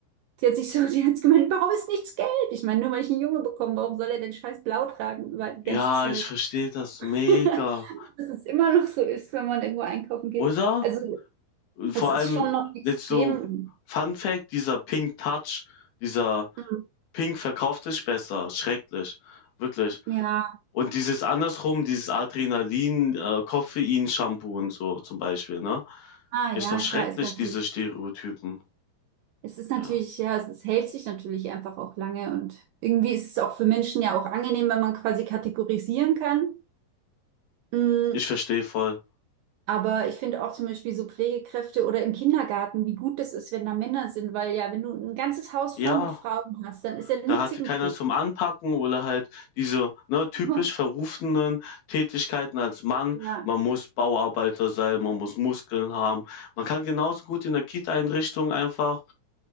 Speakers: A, on the right; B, on the left.
A: Sie hat sich so, <laughs> die hat gemeint, warum ist nichts gelb? Ich meine, nur weil ich einen Junge bekomme, warum soll er denn scheiß blau tragen über die
B: Ja,
A: ganze Zeit?
B: ich verstehe das
A: <laughs>
B: mega,
A: Dass es immer noch so ist, wenn man irgendwo einkaufen geht.
B: oder?
A: Also,
B: Vor
A: es ist
B: allem
A: schon noch extrem.
B: jetzt so Fun Fact, dieser Pink Touch, dieser
A: Mhm.
B: Pink verkauft sich besser, schrecklich, wirklich.
A: Ja,
B: Und dieses andersrum, dieses Adrenalin, äh, Koffein-Shampoo und so zum Beispiel, ne?
A: ah,
B: Ist
A: ja,
B: doch schrecklich,
A: klar, ist natürlich.
B: diese Stereotypen.
A: Es ist natürlich,
B: Ja,
A: ja, es ist, hält sich natürlich einfach auch lange und irgendwie ist es auch für Menschen ja auch angenehm, wenn man quasi kategorisieren kann. Mm,
B: ich verstehe voll.
A: Aber ich finde auch zum Beispiel so Pflegekräfte oder im Kindergarten, wie gut das ist, wenn da Männer sind, weil ja, wenn du ein ganzes Haus
B: Ja.
A: voll mit Frauen hast, dann ist ja
B: Da
A: nur
B: hatte
A: Zickenkrieg.
B: keiner zum Anpacken oder halt diese ne, typisch
A: <laughs>
B: verrufenen Tätigkeiten als Mann.
A: Ja.
B: Man muss Bauarbeiter sein, man muss Muskeln haben. Man kann genauso gut in der Kita-Einrichtung einfach,